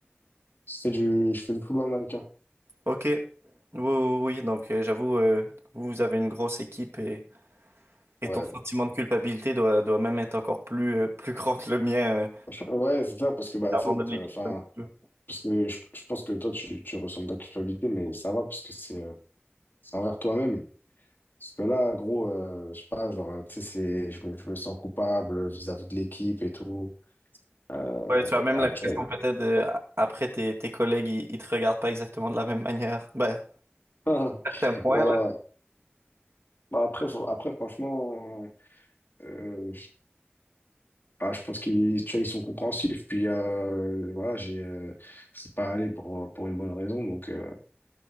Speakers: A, on the left (about 45°); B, on the right (about 80°).
A: c'est du, je fais du football américain.
B: Ok. Oui, oui, oui. Donc, euh, j'avoue, euh, vous vous avez une grosse équipe et... Et
A: Ouais.
B: ton sentiment de culpabilité doit, doit même être encore plus, euh, plus grand que le mien. euh,
A: <laughs> Ouais, c'est ça, parce que, bah,
B: T'abandonnes
A: tu sais, t-
B: l'équipe
A: euh, enfin,
B: un petit peu.
A: parce que je, je pense que toi, tu, tu ressens de la culpabilité, mais ça va, parce que c'est, euh, c'est envers toi-même. Parce que là, gros, euh, je sais pas, genre, tu sais, c'est, je me, je me sens coupable vis-à-vis de l'équipe et tout. Euh,
B: Ouais, tu as même
A: ah,
B: l'impression
A: tu vois.
B: peut-être de- après tes, tes collègues, ils, ils te regardent pas exactement de la même manière. Ben,
A: <laughs>
B: certains points
A: Ouais.
B: là.
A: Bah après, fr- après franchement, euh, ah, je pense qu'ils tu vois, ils sont compréhensifs. Puis euh, voilà, j'ai, euh, je suis pas allé pour, pour une bonne raison. Donc, euh,